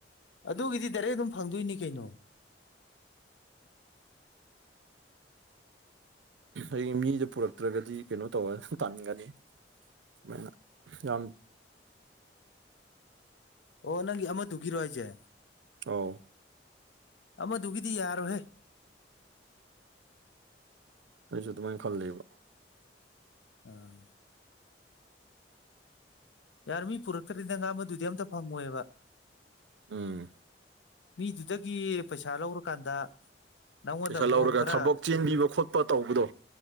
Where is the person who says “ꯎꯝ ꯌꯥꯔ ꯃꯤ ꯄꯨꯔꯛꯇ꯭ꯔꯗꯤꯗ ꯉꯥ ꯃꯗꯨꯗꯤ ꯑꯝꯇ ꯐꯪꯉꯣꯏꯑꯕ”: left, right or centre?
Left